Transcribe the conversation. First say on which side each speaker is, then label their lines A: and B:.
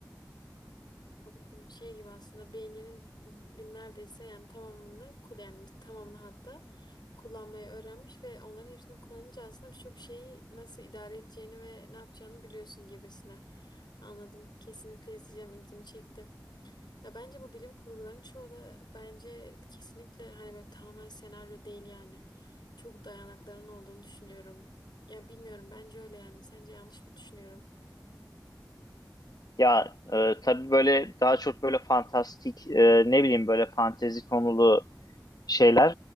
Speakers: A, on the left; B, on the left.
A: Anladım. Şey gibi aslında beyninin neredeyse yani tamamını kul- yani tamamını hatta kullanmayı öğrenmiş ve onların hepsini kullanınca aslında birçok şeyi nasıl idare edeceğini ve ne yapacağını biliyorsun gibisine. Anladım. Kesinlikle izleyeceğim. İlgimi çekti. Ya bence bu bilim kurguların çoğu da bence kesinlikle hani böyle tamamen senaryo değil yani. Çok dayanakların olduğunu düşünüyorum. Ya bilmiyorum bence öyle yani. Sence yanlış mı düşünüyorum?
B: Ya e, tabii böyle daha çok böyle fantastik e, ne bileyim böyle fantezi konulu şeyler